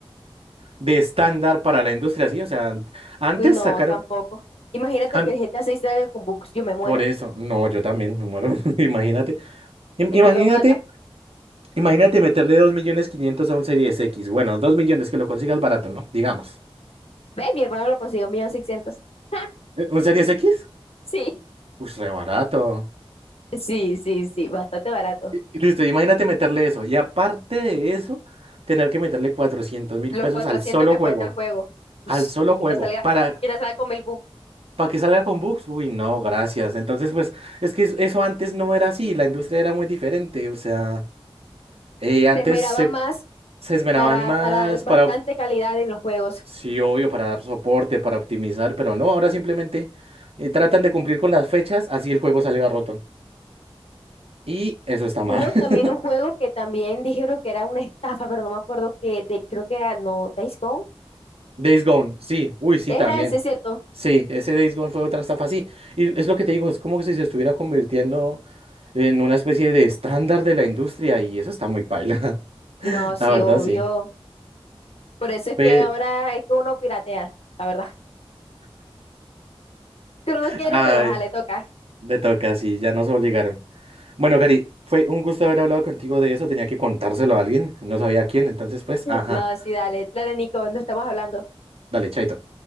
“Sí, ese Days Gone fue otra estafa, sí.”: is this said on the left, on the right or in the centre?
Right